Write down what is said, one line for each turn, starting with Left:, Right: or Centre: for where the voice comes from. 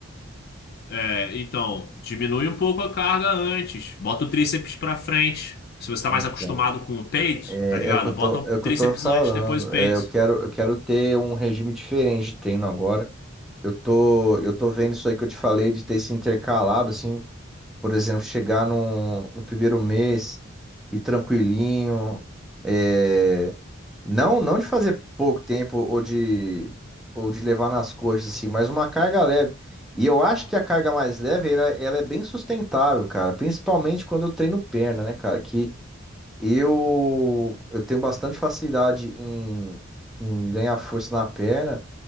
Left: É, então, diminui um pouco a carga antes. Bota o tríceps pra frente. Se você tá mais
Centre: Então,
Left: acostumado com o peito,
Centre: É,
Left: tá ligado?
Centre: é o que eu tô,
Left: Bota o
Centre: é o
Left: tríceps
Centre: que eu tô falando.
Left: antes, depois o peito.
Centre: É, eu quero, eu quero ter um regime diferente de treino agora. Eu tô, eu tô vendo isso aí que eu te falei de ter se intercalado, assim, por exemplo, chegar no, no primeiro mês e tranquilinho. é, Não, não de fazer pouco tempo ou de, ou de levar nas coxas, assim, mas uma carga leve. E eu acho que a carga mais leve, ela, ela é bem sustentável, cara. Principalmente quando eu treino perna, né, cara? Que eu, eu tenho bastante facilidade em, em ganhar força na perna